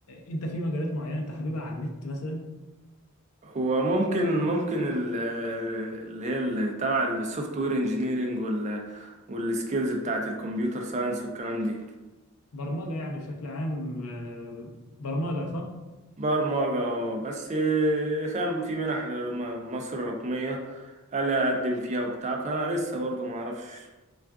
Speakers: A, on the left; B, on the right.
A: انت في مجالات معينه انت حاببها على النت مثلا
B: هو ممكن ممكن ال- اللي هي ال- تبع السوفت وير انجينيرنج وال والسكيلز بتاعت الكمبيوتر ساينس والكلام دي
A: برمجه يعني بشكل عام آه، برمجه صح
B: برمجة اه، بس آه، فاهم في منح لم- مصر الرقمية قال أقدم فيها وبتاع فأنا لسه برضه معرفش